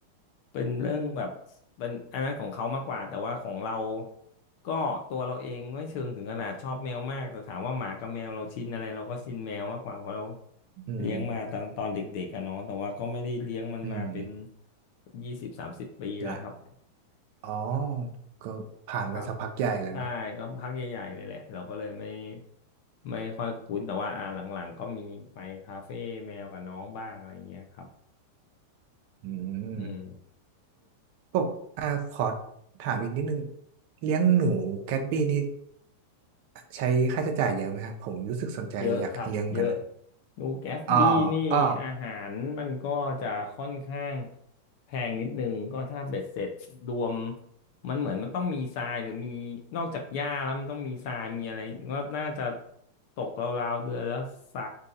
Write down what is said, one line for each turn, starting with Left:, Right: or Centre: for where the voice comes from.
Left: เป็นเรื่องแบบเป็นอันนั้นของเขามากกว่าแต่ว่าของเราก็ตัวเราเองไม่เชิงถึงขนาดชอบแมวมากแต่ถามว่าหมากับแมวเราชินอะไรเราก็ชินแมวมากกว่าเพราะเรา
Right: อืม
Left: เลี้ยงมาตอนตอนเด็กๆอะเนาะแต่ว่าก็ไม่ได้เลี้ยงมันมาเป็น
Right: อืม
Left: ยี่สิบสามสิบปีแล้วครับ
Right: ละอ๋อก็ผ่านมาสักพักใหญ่แล้วเนาะ
Left: ครับ ใช่ ก็พักใหญ่ๆ เลยแหละ เราก็เลยไม่ไม่ค่อยคุ้น แต่ว่าอ่าหลังๆ ก็มีไปคาเฟ่แมวกับน้องบ้างอะไรเงี้ยครับ
Right: อื
Left: อืม
Right: มพวกอ่าขอถามอีกนิดนึงเลี้ยงหนูแกตบี้นี่ ใช้ค่าใช้จ่ายเยอะไหมครับผมรู้สึกสนใจอยากเลี้ยงกันน
Left: เยอะครับเยอะนูแกสบี้นี่อาหารมันก็จะค่อนข้าง
Right: อ่อ
Left: แพงนิดนึงก็ถ้าเบ็ดเสร็จรวมมันเหมือนมันต้องมีทรายหรือมีนอกจากหญ้าแล้วมันต้องมีทรายมีอะไรก็น่าจะตกราวๆเดือนละสา